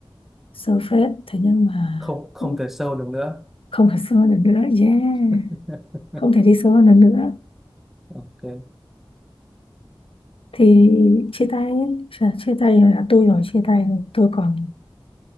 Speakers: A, on the left; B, in the centre.
A: sâu phết thế nhưng mà
B: không không
A: cũng
B: thể sâu được nữa
A: không thể sâu hơn được nữa yeah
B: <laughs>
A: không thể đi sâu hơn được nữa
B: ok
A: thì chia tay Chà, chia tay là tôi rồi chia tay rồi. tôi còn